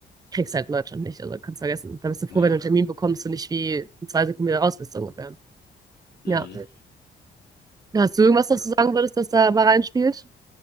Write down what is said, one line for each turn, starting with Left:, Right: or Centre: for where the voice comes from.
Right: kriegst halt in Deutschland nicht. Also kannst vergessen. Da bist du
Left: Ja.
Right: froh, wenn du einen Termin bekommst und nicht wie in zwei Sekunden wieder raus bist, so ungefähr.
Left: Mhm.
Right: Ja. Ja. Hast du irgendwas,
Left: Ja.
Right: was du sagen würdest, das da mal reinspielt?